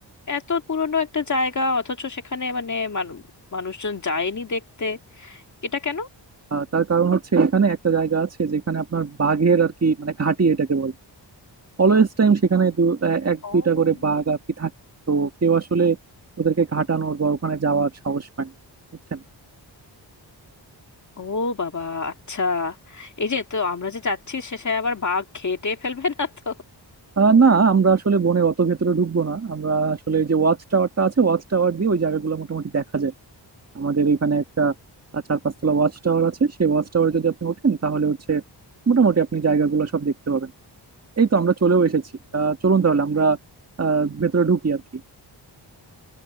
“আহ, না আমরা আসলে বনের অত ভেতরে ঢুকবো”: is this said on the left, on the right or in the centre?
Right